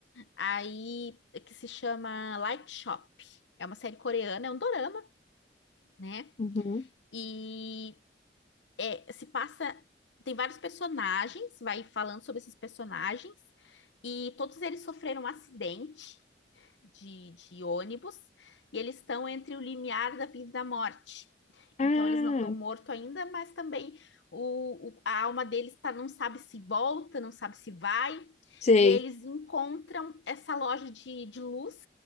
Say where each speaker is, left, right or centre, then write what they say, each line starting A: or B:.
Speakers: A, on the left; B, on the left.
A: Aí, que se chama Light Shop. É uma série coreana, é um dorama né?
B: uhum.
A: E é, se passa. Tem vários personagens, vai falando sobre esses personagens, e todos eles sofreram um acidente de, de ônibus e eles estão entre o limiar da vida e da morte.
B: Ah,
A: Então, eles não estão mortos ainda, mas também o, o- a alma deles tá, não sabe se volta, não sabe se vai.
B: sei.
A: E eles encontram essa loja de, de luz,